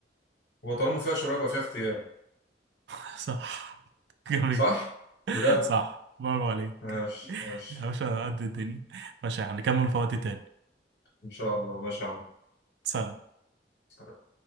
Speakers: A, on the left; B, on the right.
A: هو طالما فيها شراب يبقى فيها اختيار
B: <laughs> صح جميل
A: صح بجد
B: صح برافو عليك
A: ماشي ماشي
B: يا باشا قد الدنيا باشا هنكمل في وقت تاني
A: ان شاء الله ماشي يا
B: سلام
A: عم